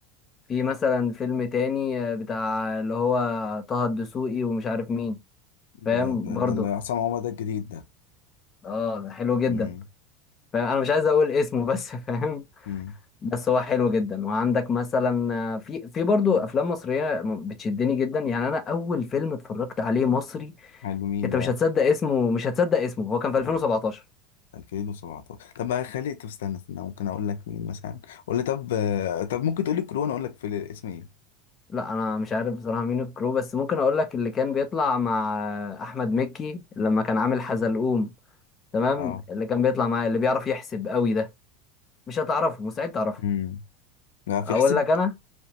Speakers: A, on the left; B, on the left.
A: في مثلا فيلم تاني آه، بتاع اللي هو طه الدسوقي ومش عارف مين
B: ده
A: فاهم
B: ده,
A: برضه
B: ده اللي عصام عمر ده الجديد ده
A: اه ده حلو جدا
B: امم
A: فاهم انا مش عايز اقول اسمه بس <laughs> فاهم
B: امم
A: بس هو حلو جدا وعندك مثلا آه، في في برضه افلام مصريه م- بتشدني جدا يعني انا اول فيلم اتفرجت عليه مصري
B: حلو مين
A: انت
B: بقى
A: مش هتصدق اسمه مش هتصدق اسمه هو كان في
B: أوه.
A: 2017
B: 2017 طب بقى خلي طب استنى استنى ممكن اقول لك مين مثلا قول لي طب آه، طب ممكن تقول لي كورونا اقول لك في الاسم ايه
A: لا انا مش عارف بصراحه مين الكرو بس ممكن اقول لك اللي كان بيطلع مع آه، احمد مكي لما كان عامل حزلقوم تمام
B: اه
A: اللي كان بيطلع معاه اللي بيعرف يحسب قوي ده مش هتعرفه مستحيل تعرفه
B: امم لا في
A: اقول
B: حسب
A: لك انا